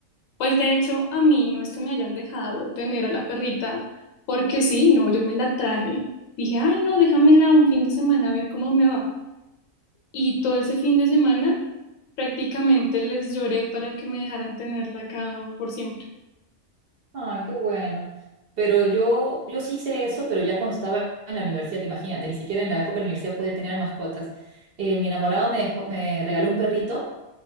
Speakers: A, on the left (about 85°); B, on the right (about 55°).
A: Pues de hecho, a mí no es que me hayan dejado tener a la perrita, porque sí, no, yo me la traje. Dije, ay, no, déjamela un fin de semana a ver cómo me va. Y todo ese fin de semana prácticamente les lloré para que me dejaran tenerla acá por siempre.
B: Ay, qué bueno. Pero yo, yo sí hice eso, pero ya cuando estaba en la universidad, imagínate, ni siquiera en la época de la universidad podía tener mascotas. Eh, mi enamorado me dejó- me regaló un perrito